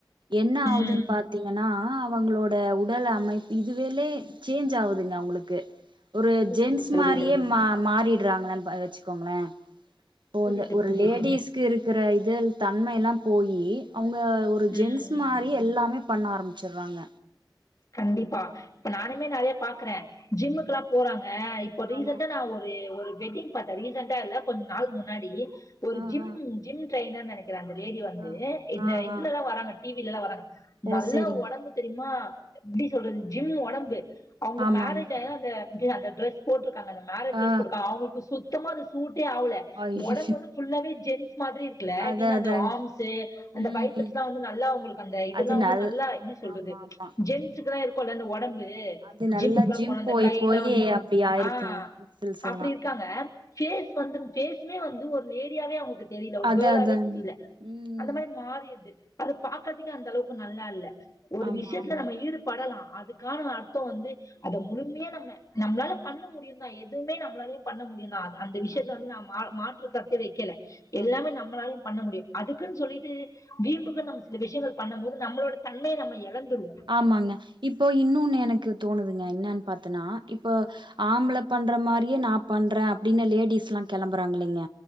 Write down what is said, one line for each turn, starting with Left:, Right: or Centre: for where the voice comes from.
Right: என்ன
Left: ம்
Right: ஆவுதுன் பாத் தீங்கன்னா அவங்ளோட உடல் அமைப் இதுவேல சேஞ்ச் ஆவ் துங்க அவ்ங்ளுக்கு ஒரு
Left: புரியுது
Right: ஜென்ஸ்
Left: புரியுது
Right: மாரியே மா மாறிட்றாங்களே ப வெச்சுக்கோங்ளே இப்போ
Left: புரியுது
Right: வந்து ஒரு
Left: புரியுது
Right: லேடிஸ்க்கு இருக்கற இது தன்மையெல்லா போயி அவ்ங்க ஒரு ஜென்ஸ்
Left: ம் ம்
Right: மாரியே எல்லாமே பண்ண ஆரம்பிச்சர்றாங்க
Left: கண்டிப்பா இப்ப நானுமே நெறைய பாக்கறே ஜிம்முக்குல்லா போறாங்க இப் போ ரீசண்ட்டா
Right: ஆமா
Left: நா ஒரு ஒரு வெட்டிங் பாத்தே ரீசெண்ட்டா இல்ல கொஞ் நாள்க் முன்னாடி ஒரு
Right: ஆ
Left: ஜிம்
Right: ஆ
Left: ஜிம் ட்ரெய்னர் நெனைக்கறே அந்த லேடி வந்து
Right: ஆ
Left: இந்த
Right: ஆ
Left: இதுலல்லா
Right: ஆ
Left: வராங்க டி வி லெல்லா வராங்க
Right: ஓ
Left: நல்ல
Right: செரிங்க
Left: ஒடம்பு தெரிய்மா எப்டி சொல்றது ஜிம் ஒடம்பு அவ்ங்க
Right: ஆமா
Left: மேரேஜ்
Right: ஆமா
Left: ஆகைல அந்த ட்ர அந்த ட்ரஸ் போட்ருக்காங்க அந்த மேரேஜ் ட்ரஸ்
Right: ஆ
Left: போட்ருக்காங்க அவுங்ள்க்கு சுத் தமா அது சூட்டே ஆவ்ல
Right: ஐயயோ
Left: ஒடம்பு வந்து ஃபுல்லாவே ஜென்ஸ் மாதிரி இருக்குல்ல
Right: அத
Left: எப்டினா
Right: அதாங்க
Left: அந்த ஆம்ஸ்சு அந்த
Right: ம்
Left: பைசெப்ஸ்லா
Right: ம்
Left: வந்து நல்லா அவங்களுக்கு அந்த இதெல்லா
Right: அது
Left: வந்து
Right: நல்
Left: நல்லா எப்டி சொல்றது
Right: ஆமா ஆமா
Left: ஜென்ஸுக்கெலா இருக்குல்ல அந்த ஒடம்பு
Right: அது நல்லா
Left: ஜிம்முக்குலா
Right: ஜிம்
Left: போனா அந்த
Right: போய்
Left: கைலா
Right: போய்
Left: வந்து இது பா
Right: அப்டி ஆயிருக்குங்க
Left: ஆ
Right: மசில்ஸ்
Left: அப்டி
Right: எல்லா
Left: இர்க்காங்க
Right: ம்
Left: ஃபேஸ் வந்தும் ஃபேஸ்மே வந்து ஒரு லேடியாவே அவுங்கள்க்கு தெரில ஒரு
Right: அது
Left: கேளாவே
Right: அதாங்க
Left: தெரில
Right: ம்
Left: அந்த மாரி மாறிர்து அது பாக்கற்துக்கே அந்தளவுக்கு நல்லால்ல ஒரு
Right: ஆமா
Left: விஷ்யத்
Right: ஆமாங்க
Left: ஈடுபடலா அதுக்கான அர்த்தோ வந்து அத முழுமையா நம்ம நம்ளால பண்ண முடியுந்தா எதுமே நம்ளாலயு பண்ண முடியுந்தா அத அந்த விஷ்யத்ல
Right: ஆமா
Left: வந்து நா மா மாற்றுக்கர்த்தே வெக்கல எல்லாமே
Right: ஆமா
Left: நம்ளாலயு பண்ண முடியு அதுக்குன் சொல்லீட்டு வீம்புக்குன் நம்ம சில விஷ்யங்கள் பண்ணும்போது நம்ளோட தன்மைய நம்ம எழந்துருவோ
Right: ஆமாங்க இப்போ இன்னோன்னு எனக்கு தோணுதுங்க என்னன் பாத்தனா இப்ப ஆம்பள பண்ற மாரியே நா பண்றே அப்டினு லேடிஸ்லா கெளம்பறாங்கில்லைங்க